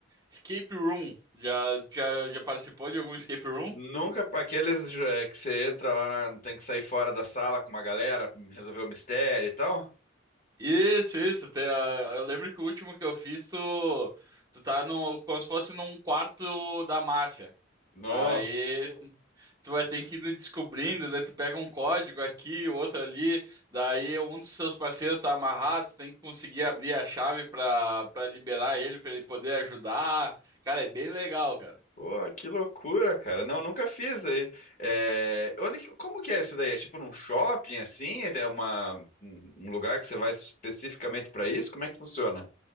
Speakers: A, on the right; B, on the left.
A: escape room. Já, já, já participou de algum escape room?
B: Nunca, aqueles é, que você entra lá, na- tem que sair fora da sala com uma galera, resolver o mistério e tal.
A: Isso, isso. Tem a- Eu lembro que o último que eu fiz, tu, tu tá no, como se fosse num quarto da máfia.
B: Nossa,
A: Daí Tu vai ter que ir descobrindo, daí tu pega um código aqui, outro ali, daí um dos seus parceiros tá amarrado, tu tem que conseguir abrir a chave pra, pra liberar ele, pra ele poder ajudar. Cara, é bem legal, cara.
B: pô, que loucura, cara. Não, nunca fiz aí. É, onde, que- como que é isso daí? É tipo num shopping assim? É uma, um um lugar que você vai especificamente pra isso? Como é que funciona?